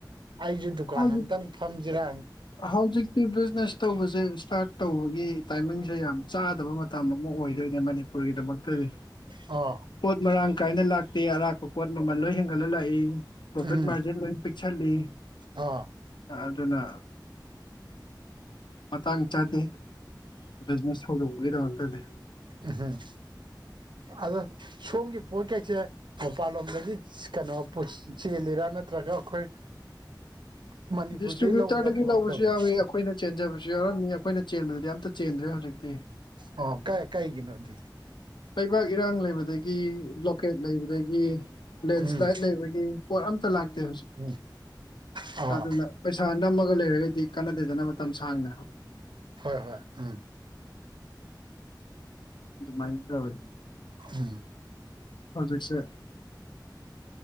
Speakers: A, on the right; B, on the left.
A: ꯑꯩꯁꯨ ꯗꯨꯀꯥꯟ
B: ꯍꯧꯖꯤꯛ
A: ꯑꯝꯇꯪ ꯐꯝꯁꯤꯔꯥ
B: ꯍꯧꯖꯤꯛꯇꯤ ꯕꯤꯖꯤꯅꯦꯁ ꯇꯧꯕꯁꯦ ꯏꯁꯇꯥꯔꯠ ꯇꯧꯕꯒꯤ ꯇꯥꯏꯃꯤꯡꯁꯦ ꯌꯥꯝ ꯆꯥꯗꯕ ꯃꯇꯝ ꯑꯃ ꯑꯣꯏꯗꯣꯏꯅꯦ ꯃꯅꯤꯄꯨꯔꯒꯤꯗꯃꯛꯇꯗꯤ
A: ꯑꯥ
B: ꯄꯣꯠ ꯃꯔꯥꯡ ꯀꯥꯏꯅ ꯂꯥꯛꯇꯦ ꯑꯔꯥꯛꯄ ꯄꯣꯠ ꯃꯃꯜ ꯂꯣꯏ ꯍꯦꯟꯒꯠꯂ ꯂꯥꯛꯏ ꯄ꯭ꯔꯣꯐꯤꯠ
A: ꯎꯝ
B: ꯃꯥꯔꯖꯤꯟ ꯂꯣꯏ ꯄꯤꯛꯁꯜꯂꯤ
A: ꯑꯥ
B: ꯑꯥꯗꯨꯅ ꯃꯇꯥꯡ ꯆꯥꯗꯦ ꯕꯤꯖꯤꯅꯦꯁ ꯍꯧꯗꯧ ꯒꯤꯗꯃꯛꯇꯗꯤ
A: ꯑꯍꯝ ꯑꯗꯣ ꯁꯣꯝꯒꯤ ꯄꯣꯠ ꯀꯩꯁꯦ ꯃꯄꯥꯟ ꯂꯣꯝꯗꯒꯤ ꯁ ꯀꯩꯅꯣ ꯄꯨ ꯆꯦꯜꯂꯤꯔ ꯅꯠꯇ꯭ꯔꯒ ꯑꯩꯈꯣꯏ ꯃꯅꯤꯄꯨꯔꯗꯩ
B: ꯗꯤꯁꯇ꯭ꯔꯤꯕ꯭ꯌꯨꯇꯔꯗꯒꯤ
A: ꯂꯧꯕ꯭ꯔꯥ ꯀꯃꯥꯏꯅ
B: ꯂꯧꯕꯁꯨ
A: ꯇꯧꯒꯦ
B: ꯌꯥꯎꯏꯤ ꯑꯩꯈꯣꯏꯅ ꯆꯦꯟꯖꯕꯁꯨ ꯌꯥꯎꯔꯝꯃꯤ ꯑꯩꯈꯣꯏꯅ ꯆꯦꯟꯕꯗꯨꯗꯤ ꯑꯝꯇ ꯆꯦꯟꯗ꯭ꯔꯦ ꯍꯧꯖꯤꯛꯇꯤ
A: ꯑꯣ ꯀ ꯀꯩꯒꯤꯅꯣꯗꯨꯗꯤ
B: ꯂꯩꯕꯥꯛ ꯏꯔꯥꯡ ꯂꯩꯕꯗꯒꯤ ꯕ꯭ꯂꯣꯀꯦꯠ ꯂꯩꯕꯗꯒꯤ ꯂꯦꯟꯁ꯭ꯂꯥꯏꯠ
A: ꯎꯝ
B: ꯂꯩꯕꯒꯤ ꯄꯣꯠ ꯑꯇ ꯂꯥꯛꯇꯦ ꯍꯧꯖꯤꯛ
A: ꯎꯝ ꯑꯥ
B: ꯑꯗꯨꯅ ꯄꯩꯁꯥ ꯅꯝꯃꯒ ꯂꯩꯔꯒꯗꯤ ꯀꯥꯟꯅꯗꯗꯅ ꯃꯇꯝ ꯁꯥꯡꯅ
A: ꯍꯣꯏ ꯍꯣꯏ ꯎꯝ
B: ꯑꯗꯨꯃꯥꯏꯅ ꯇꯧꯋꯤ
A: ꯎꯝ
B: ꯍꯧꯖꯤꯛꯁꯦ